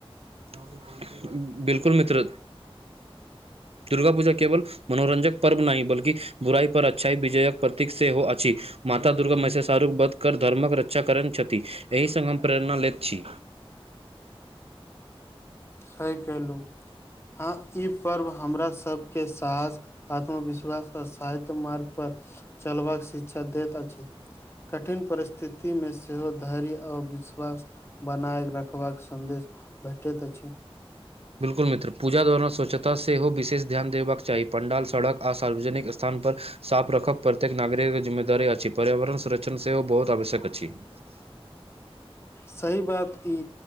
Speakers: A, on the right; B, on the left.
A: <unintelligible> बिलकुल मित्र- दुर्गा पूजा केवल मनोरंजक पर्व नहि बल्कि बुराई पर अच्छाई विजयक प्रतीक सेहो अछी। माता दुर्गा महिष -शाहरुख वध कर धर्मक रक्षा करैत छथि। एहि सङ् हम प्रेरणा लेैत छी।
B: सही कहलहुँ, हँ ई पर्व हमरा सभके सास- आत्मविश्वास आर सायत मार्ग पर चलबाक शिक्षा दैत अछि। कठिन परिस्थितिमे सेहो धैर्य औ विश्वास- बनायक रखबाक सन्देश भेटैत अछि।
A: बिल्कुल मित्र पूजा दौरान स्वच्छता सेहो विशेष ध्यान देबाक चाही पण्डाल सड़क आ सार्वजनिक स्थान पर- साफ रखब प्रत्येक नागरिकके जिम्मेदारी अछि। पर्यावरण संरक्षण सेहो बहुत आवश्यक अछि। <inaudible>
B: सही बात ई